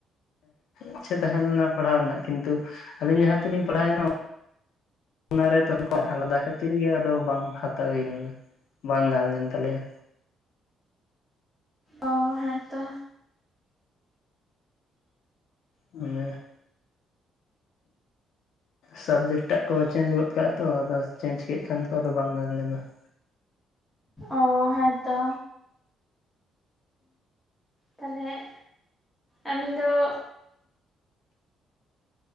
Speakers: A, on the left (about 80°); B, in the centre.
A: ᱤᱪᱪᱷᱟᱹ ᱛᱟᱦᱮᱸ ᱞᱮᱱᱟ ᱯᱟᱲᱦᱟᱣ ᱨᱮᱱᱟᱜ ᱠᱤᱱᱛᱩ ᱟᱹᱞᱤᱧ ᱡᱟᱦᱟᱸ ᱛᱮᱞᱤᱧ ᱯᱟᱲᱦᱟᱣᱱᱟ ᱚᱱᱟᱨᱮ ᱛᱚᱠᱷᱚᱡ ᱟᱞᱟᱫᱟ ᱠᱷᱟᱹᱛᱤᱨ ᱜᱮ ᱵᱟᱝ ᱦᱟᱛᱟᱣ ᱦᱳᱭ ᱞᱮᱱᱟ ᱾ ᱵᱟᱝ ᱜᱟᱱ ᱞᱮᱱ ᱛᱟᱞᱮᱭᱟ᱾
B: ᱚ ᱦᱮᱸᱛᱚ᱾
A: ᱢᱟᱱᱮ ᱥᱟᱵᱡᱮᱠᱴᱟᱜ ᱠᱚ ᱪᱮᱧᱡᱽ ᱜᱚᱫ ᱠᱟᱜᱼᱟ ᱛᱚ ᱟᱫᱚ᱾ ᱪᱮᱧᱡᱽ ᱠᱮᱜ ᱠᱷᱟᱱ ᱠᱚ ᱟᱫᱚ ᱵᱟᱝ ᱜᱟᱱᱞᱮᱱᱟ ᱾
B: ᱚ ᱦᱮᱸᱛᱚ ᱛᱟᱦᱚᱞᱮᱸ ᱟᱹᱵᱤᱱ ᱫᱚ <unintelligible>